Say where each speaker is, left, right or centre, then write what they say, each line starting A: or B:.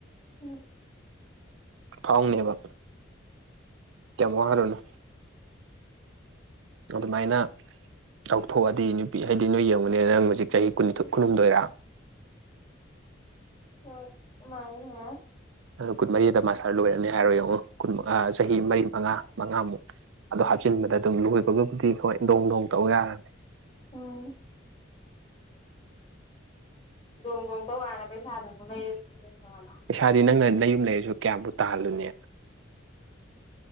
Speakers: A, on the left; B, on the right.
A: ꯎꯝ
B: ꯐꯥꯎꯅꯦꯕ ꯀꯤꯝ ꯋꯥꯔꯨꯅꯨ ꯑꯗꯨꯃꯥꯏꯅ ꯇꯧꯊꯣꯛꯑꯗꯤ ꯅꯨꯄꯤ ꯍꯥꯏꯗꯤ ꯅꯣꯏ ꯌꯦꯡꯉꯨꯅꯦ ꯅꯪ ꯍꯧꯖꯤꯛ ꯆꯍꯤ ꯀꯨꯟꯅꯤꯊꯣꯏ ꯀꯨꯟꯍꯨꯝꯗꯣꯏꯔꯥ
A: ꯍꯣꯏ ꯑꯃꯥꯏꯅ <unintelligible>
B: ꯑꯗꯨ ꯀꯨꯟꯃꯔꯤꯗ ꯃꯥꯁꯇꯔ ꯂꯣꯏꯔꯅꯤ ꯍꯥꯏꯔꯣ ꯌꯦꯡꯉꯣ ꯀꯨꯟ ꯆꯍꯤ ꯃꯔꯤ ꯃꯉꯥ ꯃꯉꯥꯃꯨꯛ ꯑꯗꯨ ꯍꯥꯞꯆꯤꯟꯕꯗ ꯑꯗꯨꯝ ꯂꯣꯏꯕꯒꯕꯨꯗꯤ ꯍꯣꯏ ꯗꯣꯡ ꯗꯣꯡ ꯇꯧ ꯌꯥꯔꯅꯤ
A: ꯎꯝ ꯗꯣꯡ ꯗꯣꯡ ꯇꯧꯒꯥꯟꯗ ꯄꯩꯁꯥꯗꯨꯃꯨ ꯂꯩꯔꯣꯏꯗ꯭ꯔꯤꯅꯤ ꯈꯪꯉꯕ
B: ꯄꯩꯁꯥꯗꯤ ꯅꯪꯅ ꯅꯌꯨꯝ ꯂꯩꯔꯁꯨ ꯀꯌꯥꯝꯕꯨ ꯇꯥꯜꯂꯨꯅꯤ